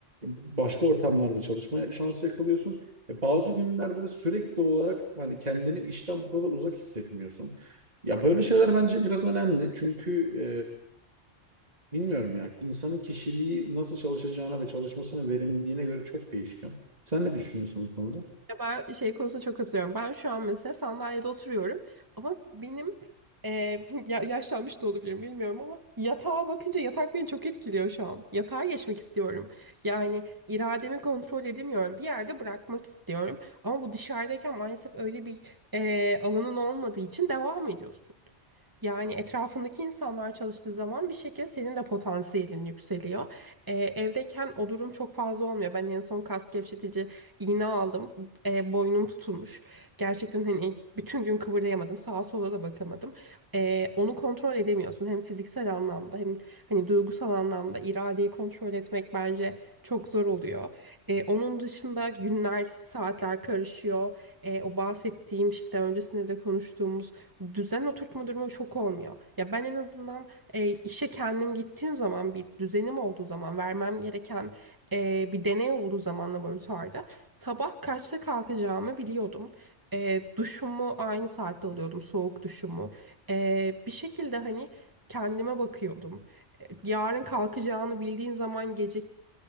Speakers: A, on the right; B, on the right.
A: başka ortamlarda çalışmaya şansı yakalıyorsun. E, bazı günlerde de sürekli olarak hani kendini işten bu kadar uzak hissetmiyorsun. Ya böyle şeyler bence biraz önemli. Çünkü e, bilmiyorum ya insanın kişiliği nasıl çalışacağına ve çalışmasının verimliliğine göre çok değişken. Sen ne düşünüyorsun bu konuda?
B: Ya Ben şey konusunda çok katılıyorum. Ben şu an mesela sandalyede oturuyorum ama benim e, <laughs> ya- yaşlanmış da olabilirim bilmiyorum ama yatağa bakınca yatak beni çok etkiliyor şu an. Yatağa geçmek istiyorum. Yani irademi kontrol edemiyorum. Bir yerde bırakmak istiyorum ama bu dışarıdayken maalesef öyle bir e, alanın olmadığı için devam ediyorsun. Yani etrafındaki insanlar çalıştığı zaman bir şekilde senin de potansiyelin yükseliyor. Ee, evdeyken o durum çok fazla olmuyor. Ben en son kas gevşetici iğne aldım. Ee, boynum tutulmuş. Gerçekten hani bütün gün kıvırlayamadım. Sağa sola da bakamadım. Ee, onu kontrol edemiyorsun. Hem fiziksel anlamda hem hani duygusal anlamda iradeyi kontrol etmek bence çok zor oluyor. Ee, onun dışında günler, saatler karışıyor. Ee, o bahsettiğim işte öncesinde de konuştuğumuz düzen oturtma durumu çok olmuyor. Ya ben en azından e, işe kendim gittiğim zaman bir düzenim olduğu zaman vermem gereken e, bir deney olduğu zaman laboratuvarda sabah kaçta kalkacağımı biliyordum. E, duşumu aynı saatte alıyordum soğuk duşumu. E, bir şekilde hani kendime bakıyordum. E, Yarın kalkacağını bildiğin zaman gece